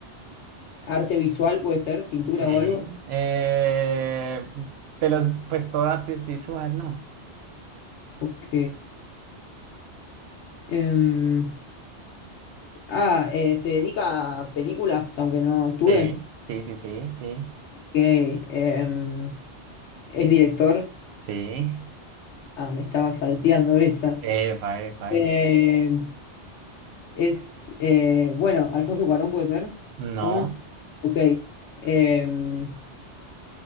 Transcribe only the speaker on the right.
Sí.
Eh, de los, pues todo arte es visual, ¿no?
Sí, sí, sí, sí, sí.
Sí.
Epa, epa,
epa.
No.